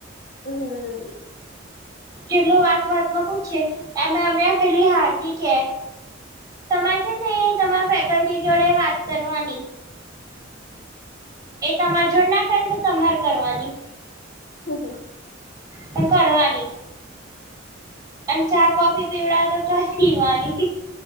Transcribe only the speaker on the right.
પેલું વાત વાતમાં પૂછી એમ એમને પેલી હાર્દિક એ, તમારે છે ને તમારા ફેકલ્ટી જોડે વાત કરવાની. એ તમારે જો ના કરે તો તમારે કરવાની.
પણ કરવાની. અને ચા કોફી પીવડા હતા તો પીવાની,